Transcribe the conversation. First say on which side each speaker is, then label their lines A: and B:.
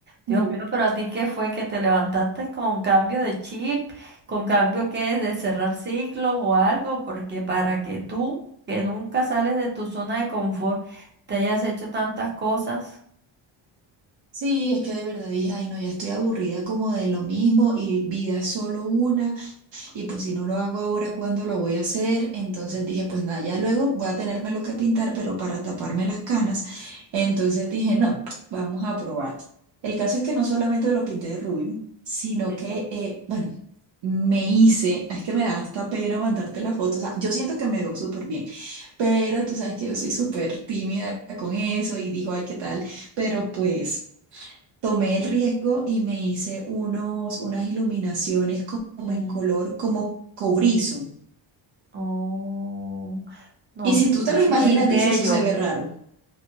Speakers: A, on the right; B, on the right.
A: Dios
B: Bu-
A: mío, pero a ti qué fue que te levantaste con cambio de chip, con cambio que de cerrar ciclos o algo, porque para que tú, que nunca sales de tu zona de confort, te hayas hecho tantas cosas.
B: Sí, es que de verdad dije, ay no, ya estoy aburrida como de lo mismo y vida es solo una y pues si no lo hago ahora, ¿cuándo lo voy a hacer? Entonces dije, pues nada, ya luego voy a tenerme lo que pintar, pero para taparme las canas. Entonces dije, no, vamos a probar. El caso es que no solamente lo pinté de rubio, sino
A: que
B: que,
A: No,
B: eh, bueno, me hice, es que me da hasta pena mandarte la foto, o sea, yo siento que me veo súper bien, pero tú sabes que yo soy súper tímida con eso y digo, ay, ¿qué tal? Pero pues... Tomé el riesgo y me hice unos, unas iluminaciones como
A: Mm,
B: en color, como cobrizo.
A: oh, no,
B: Y si
A: se
B: tú
A: tiene
B: te lo imaginas,
A: que ver bello.
B: dice eso se ve raro.